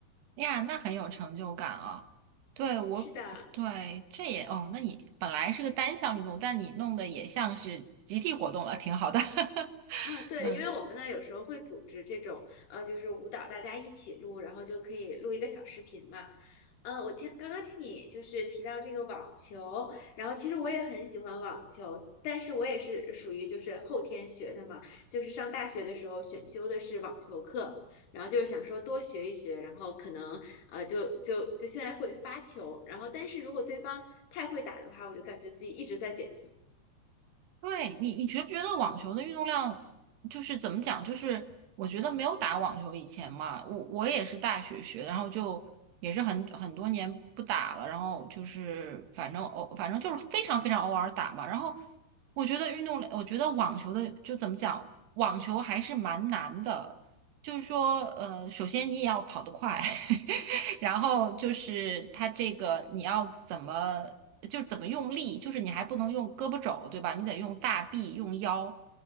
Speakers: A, on the right; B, on the left.
A: 哎呀，那很有成就感啊！对我，
B: 是的。
A: 对这也哦，那你本来是个单项运动，但你弄得也像是集体活动了，挺好的。<laughs>
B: 啊，对，
A: 嗯。
B: 因为我们呢有时候会组织这种，呃，就是舞蹈大家一起录，然后就可以录一个小视频嘛。呃，我听刚刚听你就是提到这个网球，然后其实我也很喜欢网球，但是我也是属于就是后天学的嘛，就是上大学的时候选修的是网球课，然后就是想说多学一学，然后可能呃就就就现在会发球，然后但是如果对方太会打的话，我就感觉自己一直在捡球。
A: 对你，你觉不觉得网球的运动量就是怎么讲？就是我觉得没有打网球以前嘛，我我也是大学学，然后就也是很很多年不打了，然后就是反正偶反正就是非常非常偶尔打嘛。然后我觉得运动，我觉得网球的就怎么讲，网球还是蛮难的，就是说呃，首先你也要跑得快，<laughs> 然后就是它这个你要怎么就怎么用力，就是你还不能用胳膊肘，对吧？你得用大臂，用腰，